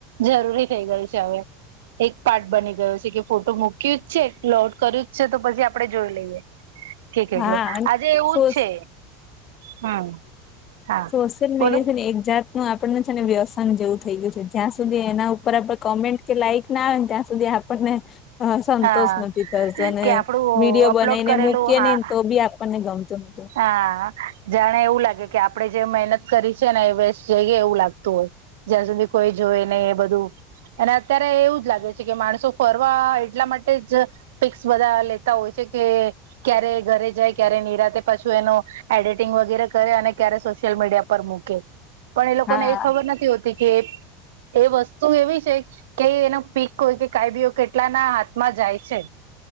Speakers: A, on the right; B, on the left.
A: જરૂરી થઈ ગયું છે હવે. એક પાર્ટ બની ગયો છે કે ફોટો મૂક્યું જ છે, લોડ કર્યું જ છે, તો પછી આપણે જોઈ લઈએ. કે કેટલું
B: હા
A: આજે એવું
B: સોસ
A: જ છે હમ. હા
B: સોશિયલ મીડિયા
A: બોલો
B: છે ને એક જાત નું આપણને છે ને વ્યસન જેવું થઈ ગયું છે. જ્યાં સુધી એના ઉપર આપડે કોમેન્ટ કે લાઈક ના આવે ને ત્યાં સુધી આપ આપણને અ સંતોષ
A: હા
B: નથી થતો અને
A: કે આપડું
B: વિડીયો
A: અપલોડ
B: બનાઈને
A: કરેલું
B: મૂકીએ નહીં
A: હા
B: ને તો બી આપ આપણને ગમતું નથી.
A: હા જાણે એવું લાગે કે આપણે જે મહેનત કરી છે ને એ વસ્ટ જઈએ એવું લાગતું હોય. જ્યાં સુધી કોઈ જોવે નહીં એ બધું. અને અત્યારે એવું જ લાગે છે કે માણસો ફરવા એટલા માટે જ પિક્સ બધા લેતા હોય છે કે ક્યારે ઘરે જાય, ક્યારે નીરાતે પછું એનો એડિટિંગ વગેરે કરે અને ક્યારે સોશિયલ મીડિયા પર મૂકે. પણ એ લોકોને
B: હા
A: એ ખબર નથી હોતી કે એ વસ્તુ એવી છે. કે એનો પીક હોય કે કાય બી કેટલા ના હાથમાં જાય છે.